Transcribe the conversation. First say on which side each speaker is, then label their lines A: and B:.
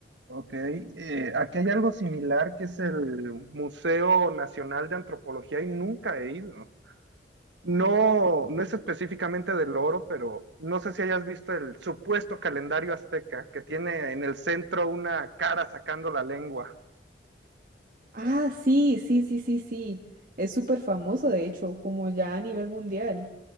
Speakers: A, on the right; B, on the right.
A: Ok, eh, aquí hay algo similar que es el Museo Nacional de Antropología y nunca he ido. No, no es específicamente del oro, pero no sé si hayas visto el supuesto calendario azteca que tiene en el centro una cara sacando la lengua.
B: Ah, sí, sí, sí, sí, sí. Es súper famoso, de hecho, como ya a nivel mundial.